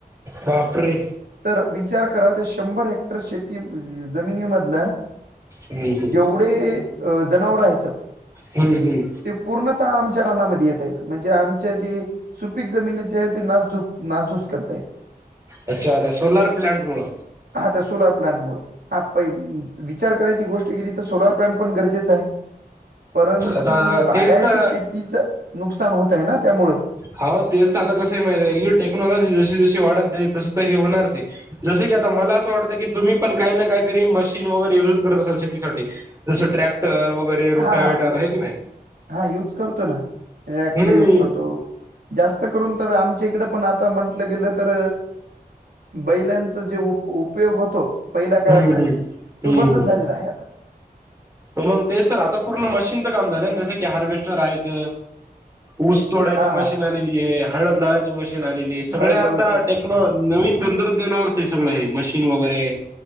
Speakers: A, on the right; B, on the right.
A: बापरे!
B: <inaudible> तर विचार करा त्या शंभर हेक्टर शेती जमिनीमधला
A: हम्म, हम्म.
B: पुढे जनावर आहेत.
A: हम्म, हम्म.
B: ते पूर्णतः आमच्या रनामध्ये येतात आहेत म्हणजे आमचे जे सुपीक जमिनीचे आहे ते नासधूस, नासधूस करताय.
A: अच्छा, त्या सोलार प्लंट मुळ.
B: हा त्या सोलार प्लांट मुळे हा प विचार करायची गोष्ट केेली सोलर प्लॅन पण गरजेच आहे परंतु
A: आता
B: बागायती
A: तेच तर
B: शे तिचं नुकसान होत आहे ना त्यामुळे.
A: हो तेच तर आता कसं माहित आहे टेक्नॉलॉजी जशी, जशी वाढत जाईल तसत हे होणारच आहे. जसं की आता मला असं वाटतं की तुम्ही पण काही ना काहीतरी मशीन वगैरे युज करत असाल शेतीसाठी. जसं ट्रॅक्टर वगैरे रुटा
B: हा हा
A: वेटार आहे की नाही?
B: हा यूज करतो ना ट्रॅक्टर
A: हम्म
B: यूज
A: हम्म
B: करतो. जास्त करून तर आमच्या इकडं पण आता म्हंटलं गेलं तर बैलांचा जे उप उपयोग होतो पहिल्या काळातला
A: हम्म हम्म
B: तो बंदच झालेला आहे आता.
A: मग तेच तर आता पूर्ण मशीनचं काम झालं जसं की हार्वेस्टर आहेत ऊस तोडायची
B: हा
A: मशीन
B: हा
A: आलेली आहे, हळद लावायची मशीन आलेली आहे सगळे
B: हळद
A: आता
B: लावायची
A: टे आपलं नवीन तंत्रज्ञानावरच हे सगळं आहे मशीन वगैरे